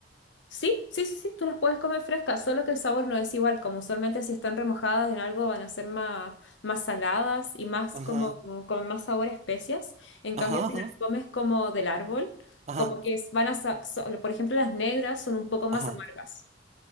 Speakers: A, on the left; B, on the right.
A: Sí, sí, sí, sí, tú las puedes comer frescas, solo que el sabor no es igual, como usualmente si están remojadas en algo van a ser más, más saladas y más
B: Ajá,
A: como como con más sabor a especias. En
B: ajá,
A: cambio, si
B: ajá,
A: las comes como del árbol,
B: ajá,
A: como que es- van a, sa- so- por ejemplo, las negras son un poco más
B: ajá.
A: amargas.